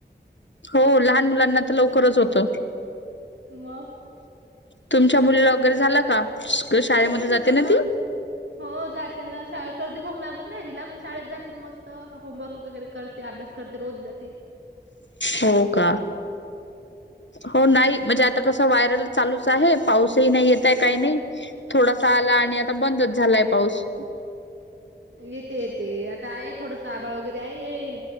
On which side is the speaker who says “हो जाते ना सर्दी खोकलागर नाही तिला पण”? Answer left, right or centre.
Right